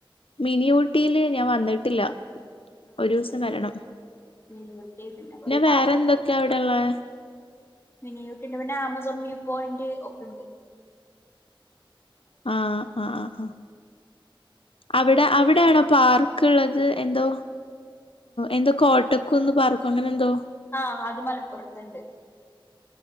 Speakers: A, on the left; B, on the left.
A: മിനി ഊട്ടിയില് ഞാൻ വന്നിട്ടില്ല ഒരു ദിവസം വരണം
B: ഉം <unintelligible> പിന്നെ പാർത്തണ്ട്
A: വേറെ എന്തൊക്കെയാ അവിടെള്ളെ
B: മിനിയൂട്ടിന്റെ പിന്നെ ആമസോൺ മ പോയിന്റ് ഒപ്പുണ്ട്
A: ആഹ ആ ആ ആ അവിടെ അവിടെയാണോ പാർക്ക് ഉള്ളത് എന്തോ എന്തോ കോട്ടക്കന്ന് പാർക്കും അങ്ങനെ എന്തോ
B: ആഹ അത് മലപ്പുറത്തണ്ട്